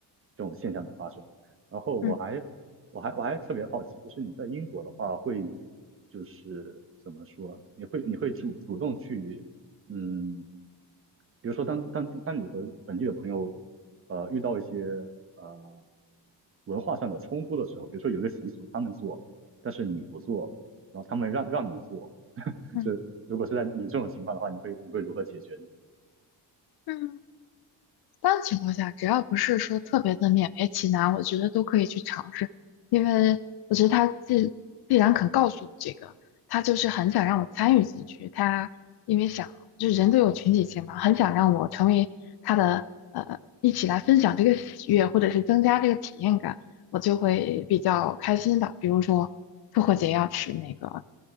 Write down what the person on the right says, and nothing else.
这种现象的发生。然后我还我还我还特别好奇，
就是你在英国的话会就是怎么说，你会你会主主动去嗯，比如说当当当你和本地的朋友呃遇到一些呃文化上的冲突的时候，比如说有一个习俗他们做，但是你不做。然后他们让让你做，
就如果是在有这种情况的话，你会你会如何解决呢？